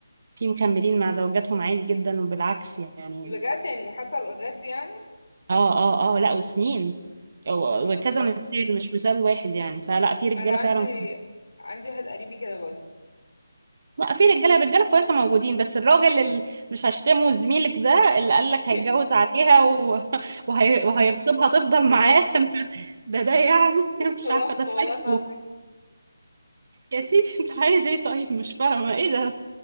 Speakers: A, on the right; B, on the left.
A: في مكملين مع زوجاتهم عادي جدا وبالعكس يعني
B: بجد يعني حصل اوريدي يعني
A: اه اه اه لا وسنين أو-
B: ما شاء
A: وكذا
B: الله
A: مثال مش مثال واحد يعني فلا في رجاله
B: انا عندي
A: فعلا
B: عندي واحد قريبي كده برضه
A: لا في رجاله رجاله كويسه موجودين بس الراجل اللي مش هشتمه زميلك ده اللي قال
B: <laughs>
A: لك هيتجوز عليها و... <laughs> وهي... وهيغصبها تفضل
B: اتصدمت
A: معاه <laughs> ده ده يعني
B: اتصدمت
A: مش عارفه ده سايكو
B: والله العظيم
A: يا سيدي انت عايز ايه طيب مش فاهمه ايه ده